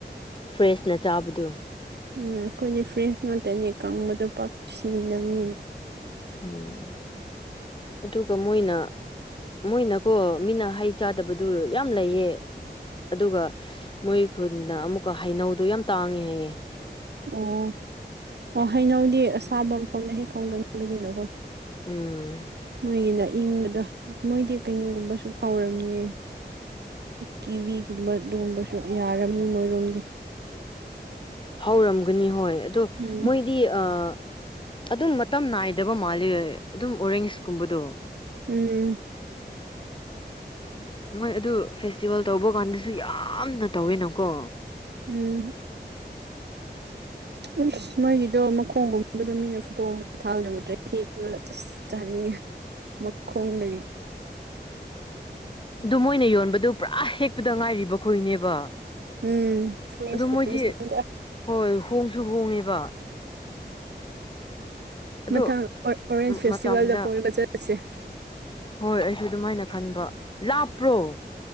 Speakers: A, on the left; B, on the right.
A: ꯐ꯭ꯔꯦꯁꯅ ꯆꯥꯕꯗꫭ
B: ꯎꯝ ꯑꯩꯈꯣꯏꯗꯤ ꯐ꯭ꯔꯦꯁ ꯉꯥꯛꯇꯅꯤ ꯀꯪꯕꯗꯣ ꯄꯥꯛ ꯁꯦꯝꯗꯕꯅꯤꯅ
A: ꯎꯝ ꯑꯗꯨꯒ ꯃꯣꯏꯅ ꯃꯣꯏꯅꯀꯣ ꯃꯤꯅ ꯍꯩ ꯆꯥꯗꯕꯗꯨ ꯌꯥꯝ ꯂꯩꯌꯦ ꯑꯗꯨꯒ ꯃꯣꯏ ꯈꯨꯟꯅ ꯑꯃꯨꯛꯀ ꯍꯩꯅꯧꯗꯣ ꯌꯥꯝ ꯇꯥꯡꯉꯦ ꯍꯥꯏꯌꯦ
B: ꯑꯣ ꯑꯣ ꯍꯩꯅꯧꯗꯤ ꯑꯁꯥꯕ ꯃꯐꯝꯗ ꯍꯦꯛ ꯈꯪꯒꯟꯕꯅꯤꯅꯀꯣ
A: ꯎꯝ
B: ꯃꯈꯣꯏꯒꯤꯅ ꯏꯪꯕꯗꯣ ꯃꯣꯏꯗꯤ ꯀꯩꯅꯣꯒꯨꯝꯕꯁꯨ ꯐꯥꯎꯔꯝꯅꯤ ꯀꯤꯋꯤꯒꯨꯝꯕ ꯂꯣꯡꯕꯁꯨ ꯌꯥꯔꯝꯅꯤ ꯃꯣꯏꯔꯣꯝꯒꯤ
A: ꯍꯧꯔꯝꯒꯅꯤ ꯍꯣꯏ ꯑꯗꯣ
B: ꯎꯝ
A: ꯃꯣꯏ ꯗꯤ ꯑꯥ ꯑꯗꯨꯝ ꯃꯇꯝ ꯅꯥꯏꯗꯕ ꯃꯥꯜꯂꯦ ꯑꯗꯨꯝ ꯑꯣꯔꯦꯟꯖꯀꯨꯝꯕꯗꯣ
B: ꯎꯝ
A: ꯃꯣꯏ ꯑꯗꯨ ꯐꯦꯁꯇꯤꯚꯦꯜ ꯇꯧꯕ ꯀꯥꯟꯗꯁꯨ ꯌꯥꯝꯅ ꯇꯧꯋꯤꯅꯀꯣ
B: ꯎꯝ ꯎꯁ ꯃꯣꯏꯒꯤꯗꯣ ꯃꯈꯣꯡꯒꯨꯝꯕꯗꯣ ꯃꯤꯅ ꯐꯨꯠꯇꯣꯛꯑꯝ ꯕꯥ ꯊꯥꯡꯅ ꯎꯗ꯭ꯔꯦ ꯊꯦꯡꯉꯒꯥ ꯑꯁ ꯆꯥꯅꯤꯡꯉꯦ ꯃꯈꯣꯡꯗꯒꯤ
A: ꯑꯗꯨ ꯃꯣꯏꯅ ꯌꯣꯟꯕꯗꯨ ꯄꯨꯔꯥ ꯍꯦꯛꯄꯗ ꯉꯥꯏꯔꯤꯕ ꯈꯣꯏꯅꯦꯕ
B: ꯎꯝ ꯐꯔꯦꯁꯇꯥ
A: ꯑꯗꯨ ꯃꯣꯏꯗꯤ
B: ꯐꯔꯦꯁꯅꯤ ꯄꯨꯔꯥ
A: ꯍꯣꯏ ꯍꯣꯡꯁꯨ ꯍꯣꯡꯉꯦꯕ ꯑꯗꯣ
B: ꯃꯊꯪ ꯑꯣꯔꯦꯟꯖ ꯐꯦꯁꯇꯤꯚꯦꯜꯗ
A: ꯃꯇꯝꯗ
B: ꯀꯣꯏꯕ ꯆꯠꯂꯁꯤ
A: ꯍꯣꯏ ꯑꯩꯁꯨ ꯑꯗꯨꯃꯥꯏꯅ ꯈꯟꯕ ꯂꯥꯞꯄ꯭ꯔꯣ